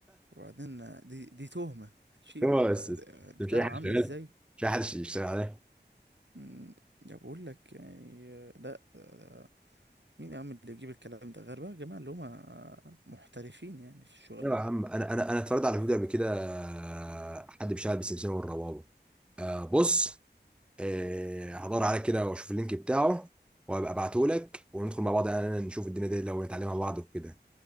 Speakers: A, on the right (about 80°); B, in the centre.
A: وبعدين دي دي تهمة هتشيل
B: هو بس
A: ده-
B: بس
A: ده البتاع
B: مش اي حد
A: عاملة
B: شغال
A: ازاي
B: مش اي حد يشتغل عليه
A: مم، ده بقول لك يعني لا ده مين يا عم اللي يجيب الكلام ده غير بقى الجماعة اللي هما محترفين يعني في الشغلانة
B: ايوه يا عم انا انا انا اتفرجت على فيديو قبل كده آه، حد بيشتغل بالسمسمية والربابة آه بص آه هدور عليه كده واشوف اللينك بتاعه وابقى ابعته لك وندخل مع بعض انا نشوف الدنيا دي لو نتعلمها مع بعض وكده